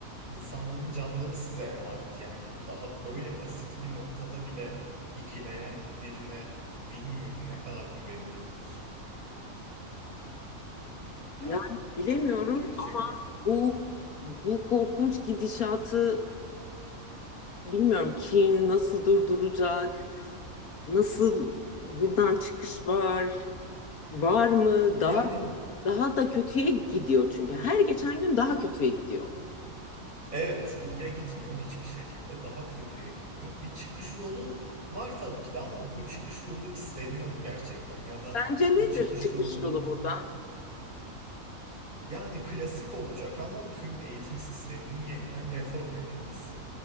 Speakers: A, on the right; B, on the left.
A: insanların canları size emanet. Yani daha böyle basit bir noktada bile ikileyen birine bilmiyorum ne kadar güvenilebilir.
B: Yani
A: Yani
B: bilemiyorum
A: gerçekten.
B: bu bu korkunç gidişatı bilmiyorum kim nasıl durduracak, nasıl buradan çıkış var, var mı? Daha
A: Yani
B: daha da kötüye gidiyor çünkü. Her geçen gün daha kötüye gidiyor.
A: Evet, iyiye gitmiyor hiçbir şekilde. Daha kötüye gidiyor. Bir çıkış yolu var tabii ki de ama bu çıkış yolu isteniyor mu gerçekten ya da
B: Bence nedir
A: bu çıkış
B: çıkış
A: yolunu
B: yolu buradan?
A: yani klasik olacak ama tüm eğitim sisteminin yeniden reform edilmesi.